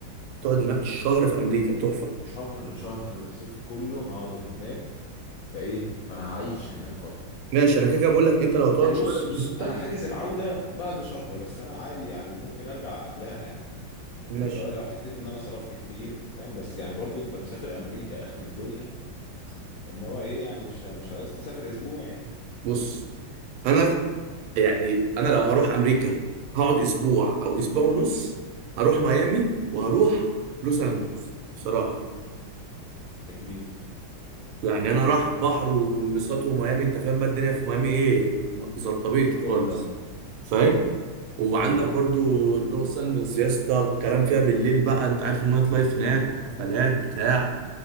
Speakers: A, on the right; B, on the left.
A: تقعد هناك شهر في أمريكا تحفة
B: شهر شهر الصيف كله هقعد هناك فايه فانا هعيش هناك فترة
A: ماشي أنا كده كده بقول لك أنت لو هتقعد
B: يعني بص
A: شهر في
B: بص
A: أمريكا
B: انا حاجز العودة بعد شهر بس انا عادي يعني ممكن ارجع قبلها يعني
A: ماشي
B: اللي هو لو حسيت ان انا صرفت كتير فاهم بس يعني برضو انت مسافر امريكا اخر الدنيا فان هو ايه يعني مش مش عايز تسافر اسبوع يعني
A: بص أنا يعني انا لو هروح امريكا هقعد اسبوع او اسبوع ونص هروح ميامي وهروح لوس انجلوس بصراحه
B: اجري
A: يعني انا راح بحر وانبساط وميامي انت فاهم بقى الدنيا في ميامي ايه زلطبيطه
B: فلوريدا
A: خالص فاهم وعندك
B: امم
A: برضو لوس انجلوس يا اسطى الكلام فيها بالليل بقى انت عارف النايت لايف هناك وحفلات بتاع